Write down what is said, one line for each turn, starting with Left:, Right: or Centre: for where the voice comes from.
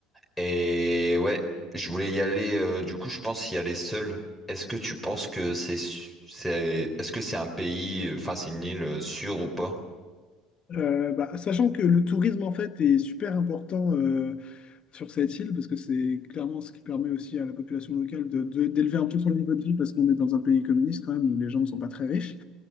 Centre: Et ouais, je voulais y aller. euh, du coup, je pense y aller seul. Est-ce que tu penses que c'est su- c'est est-ce que c'est un pays, euh, enfin c'est une île euh, sûre ou pas?
Left: Euh, bah, sachant que le tourisme, en fait, est super important euh, sur cette île, parce que c'est clairement ce qui permet aussi à la population locale de, de- d'élever un peu son niveau de vie, parce qu'on est dans un pays communiste quand même, où les gens ne sont pas très riches.